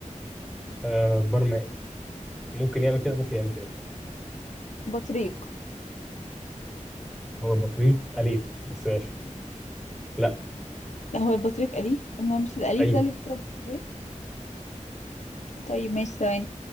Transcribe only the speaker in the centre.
آه برمائي ممكن يعمل كده ممكن يعمل كده
هو البطريق أليف بس ماشي لا
أيوه